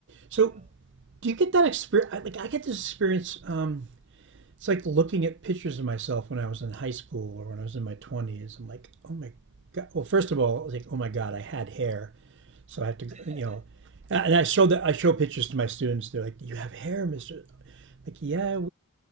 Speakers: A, on the right; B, on the right.
A: you
B: So
A: know.
B: do you get that experience? Like I get this experience. Um, It's like looking at pictures of myself when I was in high school or when I was in my 20s. I'm like, oh my God. Well, first of all, I was like, oh my God, I had hair. So I have to,
A: <laughs>
B: you know, and I show that I show pictures to my students. They're like, you have hair, Mr. I'm like, yeah.